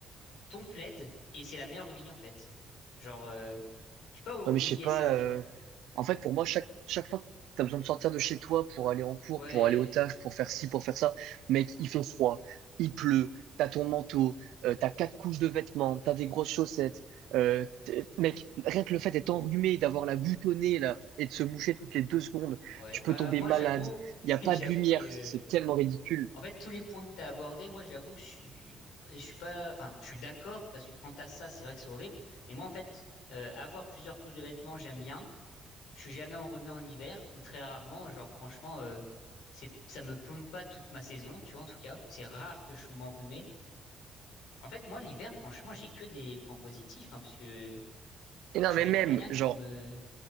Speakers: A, on the left; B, on the right.
A: ton plaid et c'est la meilleure vie en fait. Genre, euh, tu peux pas oublier
B: Ouais, mais je sais pas.
A: ça, tu
B: euh,
A: vois.
B: En fait, pour moi, chaque, chaque fois que tu as besoin de sortir de chez toi pour aller en cours,
A: Ouais,
B: pour aller au taf, pour faire ci, pour faire ça, mec, il fait froid, il pleut, t'as ton manteau, euh, t'as quatre couches de vêtements, t'as des grosses chaussettes. euh, t'es- mec, rien que le fait d'être enrhumé, d'avoir la goutte au nez là, et de se moucher toutes les deux secondes,
A: ouais.
B: tu
A: Bah
B: peux tomber
A: moi
B: malade.
A: j'avoue, <laughs>
B: Il n'y a pas
A: j'avoue
B: de lumière,
A: que
B: c'est tellement ridicule.
A: en fait tous les points que t'as abordés, moi j'avoue que je suis, je suis pas, enfin je suis d'accord parce que quand t'as ça, c'est vrai que c'est horrible. Mais moi en fait, euh, avoir plusieurs couches de vêtements, j'aime bien. Je suis jamais enrhumé en hiver ou très rarement. Genre franchement, euh, c'est, ça me plombe pas toute ma saison, tu vois en tout cas. C'est rare que je sois m'enrhumé. En fait, moi, l'hiver, franchement, j'ai que des points positifs, hein, parce que
B: Et non,
A: Genre,
B: mais
A: il
B: même,
A: y a rien qui
B: genre.
A: me...